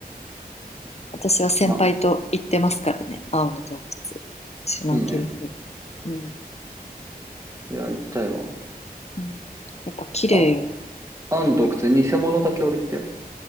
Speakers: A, on the left; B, on the right.
A: 私は先輩と行ってますからね、
B: ま、
A: 青の洞窟、シュノーケリング。
B: いいね。
A: うん、
B: いや、行きたいわ。
A: うん、やっぱ綺麗よ。
B: あ、あの洞窟、偽物だけ俺行ったよ